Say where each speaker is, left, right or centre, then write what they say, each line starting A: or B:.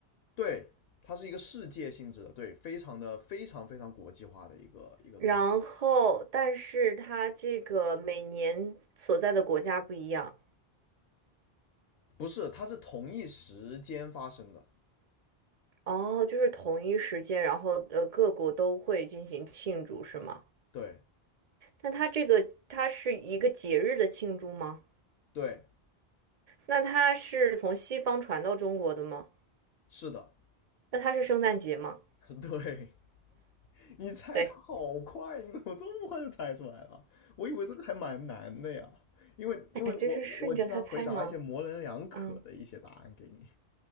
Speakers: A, on the left; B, on the right.
A: 对，它是一个世界性质的，对，非常的非常非常国际化的一个一个东西，
B: 然后，但是它这个每年所在的国家不一样
A: 不是，它是同一时间发生的，
B: 哦，就是同一时间，然后呃各国都会进行庆祝，是吗？
A: 对
B: 那它这个它是一个节日的庆祝吗？
A: 对，
B: 那它是从西方传到中国的吗？
A: 是的，
B: 那它是圣诞节吗？
A: <laughs> 对，你猜的好快，
B: 对，
A: 你怎么这么快就猜出来了？我以为这个还蛮难的呀，因为因为我我我经常回答一些模棱两可的一些答案给你。
B: 哎呀，就是顺着它猜吗？嗯。